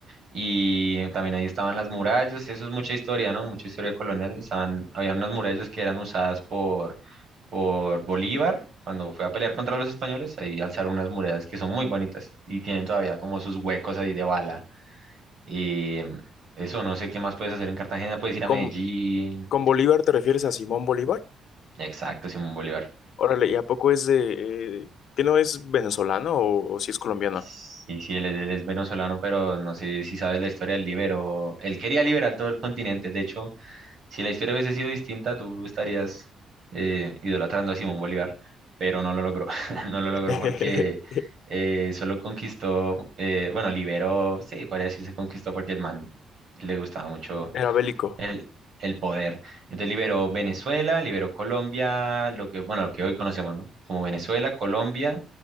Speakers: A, on the right; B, on the left.
A: Y también ahí estaban las murallas, eso es mucha historia, ¿no? Mucha historia colonial. Estaban, había unas murallas que eran usadas por, por Bolívar cuando fue a pelear contra los españoles. Ahí alzaron unas murallas que son muy bonitas y tienen todavía como sus huecos ahí de bala. Y eso, no sé qué más puedes hacer en Cartagena. Puedes ir a
B: ¿Con,
A: Medellín.
B: con Bolívar te refieres a Simón Bolívar?
A: Exacto, Simón Bolívar.
B: Órale, ¿y a poco es de... eh, que no es venezolano o, o si es colombiano?
A: Sí, sí, él, es él es venezolano, pero no sé si sabes la historia, él liberó, él quería liberar todo el continente, de hecho. Si la historia hubiese sido distinta, tú estarías eh, idolatrando a Simón Bolívar, pero no lo logró. <laughs> No lo logró
B: <laughs>
A: porque eh, solo conquistó, eh, bueno, liberó, sí, podría decirse conquistó porque el man le gustaba mucho
B: Era bélico.
A: el, el poder. Entonces liberó Venezuela, liberó Colombia, lo que, bueno, lo que hoy conocemos, ¿no? Como Venezuela, Colombia,